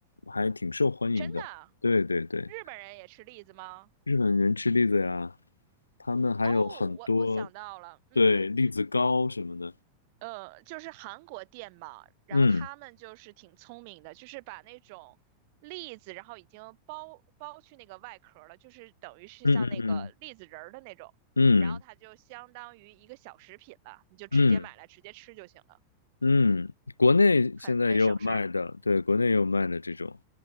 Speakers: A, on the left; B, on the right.
A: 还挺受欢迎的。
B: 真的。
A: 对对对。
B: 日本人也吃栗子吗？
A: 日本人吃栗子呀，他们还有很多，
B: 哦，我我想到了，嗯，
A: 对，栗子糕什么的。
B: 呃，就是韩国店嘛，然后他们就是挺聪明的，
A: 嗯
B: 就是把那种栗子，然后已经剥剥去那个外壳了，就是等于是像那个栗子仁儿的那种，
A: 嗯嗯嗯
B: 然后它就相当于一个小食品了，你就直接买来直接吃就行了，
A: 嗯嗯嗯，国内现在也有卖的，
B: 很很省事儿。
A: 对，国内也有卖的这种，